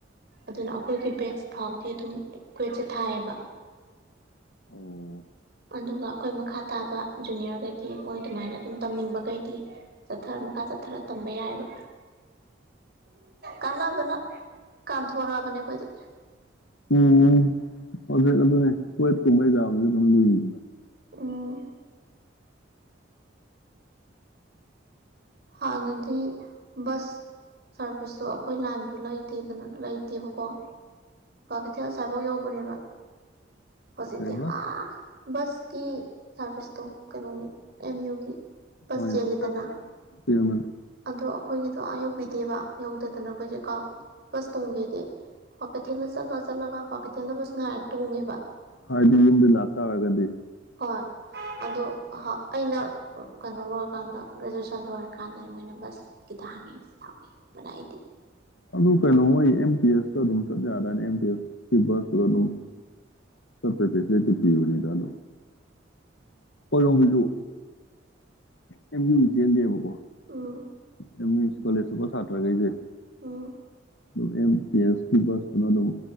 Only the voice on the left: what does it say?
ꯑꯣ
ꯎꯝ ꯍꯧꯖꯤꯛ ꯑꯗꯨꯅꯦ ꯀꯠ ꯀꯨꯝꯕꯩ ꯆꯥꯕꯁꯨ ꯑꯗꯨꯝ ꯂꯨꯏꯗꯅ
ꯀꯩꯕ
<unintelligible>
ꯀꯟ
ꯍꯥꯏꯗꯤ ꯌꯨꯝꯗꯩ ꯂꯥꯛ ꯇꯥꯔꯒꯗꯤ
ꯑꯗꯨ ꯀꯩꯅꯅ ꯑꯣꯏꯣꯏ ꯑꯦꯦꯝ ꯄ ꯑꯦꯁ ꯗꯥꯅꯦꯅꯤꯗꯣ ꯀꯣꯏꯔꯣꯝꯁꯤꯁꯨ ꯑꯦꯝ ꯌ ꯆꯦꯟꯗꯦꯕꯀꯣ
ꯑꯗꯨꯃꯦ ꯀꯣꯂꯦꯖꯁꯨꯄ ꯁꯥꯇ꯭ꯔꯒꯩꯁꯦ
ꯑꯗꯨꯝ ꯑꯦꯝ ꯄꯤ ꯑꯦꯁꯀꯤ ꯕꯁꯇꯨꯅ ꯑꯗꯨꯝ